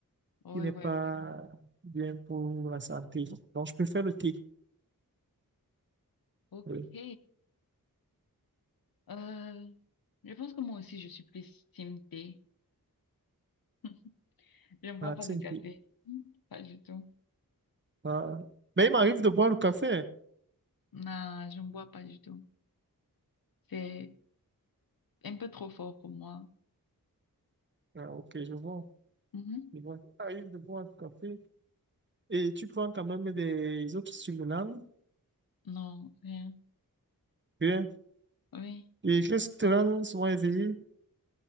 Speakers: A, on the left; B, on the right.
A: Oui,
B: qui n'est
A: oui,
B: pas
A: oui.
B: bien pour la santé. Donc, je préfère le thé.
A: Ok.
B: Oui.
A: Euh, je pense que moi aussi, je suis plus team thé. <laughs> Je ne bois
B: Ah,
A: pas
B: tiens,
A: de café.
B: oui.
A: Pas du tout.
B: Ah, Mais il m'arrive de boire le café.
A: Non, je ne bois pas du tout. C'est un peu trop fort pour moi.
B: ah, ok, je vois.
A: Mhm.
B: Je vois. Il m'arrive de boire le café et tu prends quand même des autres stimulants
A: Non, rien.
B: bien.
A: Oui.
B: et que ce te rend souvent éveillé.